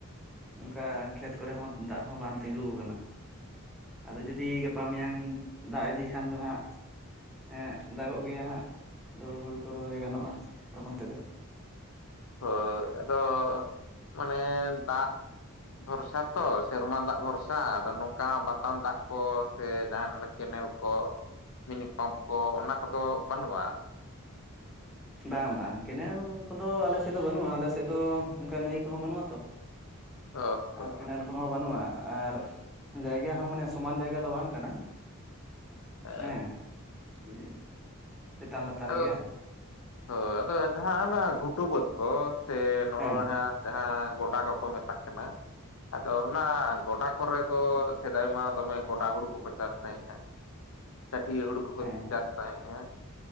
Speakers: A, in the centre; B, on the left (about 65°).
A: ᱚᱝᱠᱟ ᱠᱷᱮᱛ ᱠᱚᱨᱮ ᱦᱚᱸ ᱫᱟᱜ ᱦᱚᱸ ᱵᱟᱝ ᱛᱤᱸᱜᱩ ᱠᱟᱱᱟ ᱟᱫᱚ ᱡᱩᱫᱤ ᱜᱟᱯᱟ ᱢᱤᱭᱟᱝ ᱫᱟᱜ ᱤᱫᱤ ᱠᱷᱟᱱ ᱫᱚ ᱦᱟᱸᱜ ᱦᱮ ᱫᱟᱜᱚᱜ ᱜᱮᱭᱟ ᱦᱟᱸᱜ ᱟᱫᱚ ᱦᱩᱲᱩ ᱠᱚ ᱨᱚᱦᱚᱭ ᱜᱟᱱᱚᱜᱼᱟ ᱛᱚᱠᱷᱚᱱ ᱛᱮᱫᱚ ᱾
B: ᱦᱳᱭ ᱟᱫᱚ ᱢᱟᱱᱮ ᱫᱟᱜ ᱵᱷᱚᱨᱥᱟ ᱛᱚ ᱥᱮᱨᱢᱟ ᱫᱟᱜ ᱵᱷᱚᱨᱥᱟ ᱟᱫᱚ ᱱᱚᱝᱠᱟ ᱵᱟᱛᱟᱱ ᱫᱟᱜ ᱠᱚ ᱥᱮ ᱡᱟᱦᱟᱱ ᱚᱱᱮ ᱠᱮᱱᱮᱞ ᱠᱚ ᱢᱤᱱᱤ ᱯᱟᱢᱯ ᱠᱚ ᱚᱱᱟ ᱠᱚᱫᱚ ᱵᱟᱹᱱᱩᱜᱼᱟ? <inaudible>
A: ᱵᱟᱝ ᱵᱟᱝ ᱠᱮᱱᱮᱞ ᱠᱚᱫᱚ ᱟᱞᱮ ᱥᱮᱫ ᱫᱚ ᱵᱟᱱᱩᱜᱼᱟ ᱟᱞᱮ ᱥᱮᱫ ᱫᱚ ᱚᱝᱠᱟ ᱱᱟᱹᱭ ᱠᱚᱦᱚᱸ ᱵᱟᱱᱩᱜᱼᱟ ᱛᱚ᱾
B: ᱚ ᱦᱚ
A: ᱟᱨ ᱠᱮᱱᱮᱞ ᱠᱚᱦᱚᱸ ᱵᱟᱱᱩᱜᱼᱟ ᱟᱨ ᱡᱟᱭᱜᱟ ᱦᱚᱸ ᱢᱟᱱᱮ ᱥᱚᱢᱟᱱ ᱡᱟᱭᱜᱟ ᱫᱚ ᱵᱟᱝ ᱠᱟᱱᱟ᱾
B: ᱦᱳᱭ
A: ᱮᱸ <inaudible> ᱪᱮᱛᱟᱱ ᱞᱟᱛᱟᱨ
B: ᱟᱫᱚ
A: ᱜᱮᱭᱟ᱾
B: ᱦᱳᱭ ᱟᱫᱚ ᱡᱟᱦᱟᱸ ᱱᱟᱜ ᱜᱷᱩᱴᱩ ᱵᱟᱹᱫ ᱠᱚ ᱥᱮ ᱱᱚᱜᱚᱭ
A: ᱦᱮᱸ
B: ᱦᱟᱸᱜ ᱡᱟᱦᱟᱸ ᱜᱚᱰᱟ ᱠᱚᱠᱚ ᱢᱮᱛᱟᱜ ᱠᱟᱱᱟ ᱟᱫᱚ ᱚᱱᱟ ᱜᱚᱰᱟ ᱠᱚᱨᱮ ᱫᱚ ᱥᱮᱫᱟᱭ ᱢᱟ ᱫᱚᱢᱮ ᱜᱚᱰᱟ ᱦᱩᱲᱩ ᱠᱚᱠᱚ ᱪᱟᱥ ᱛᱟᱦᱮᱸᱜᱼᱟ, ᱪᱷᱟᱹᱴᱤᱭᱟᱹ ᱦᱩᱲᱩ ᱠᱩᱠᱚ
A: ᱦᱮᱸ
B: ᱪᱟᱥ ᱛᱟᱦᱮᱸᱜ-ᱟ